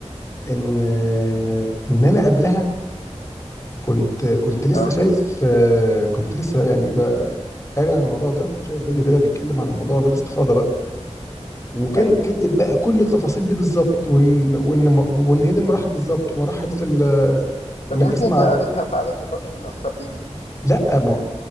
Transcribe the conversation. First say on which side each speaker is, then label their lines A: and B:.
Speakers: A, on the left; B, on the left.
A: ان ان انا قبلها كنت كنت لسه
B: اه
A: شايف كنت لسه يعني قاري عن الموضوع ده شايف فيديو كده بيتكلم عن الموضوع ده باستفاضه بقى وكان
B: ايوه
A: كاتب بقى كل التفاصيل دي بالظبط وان وان وان هي دي المراحل بالظبط ومراحل ال-
B: طب
A: انك
B: يمكن
A: تسمع
B: انت قريتها في عادات الباطن متأثر بيه
A: لا ما هو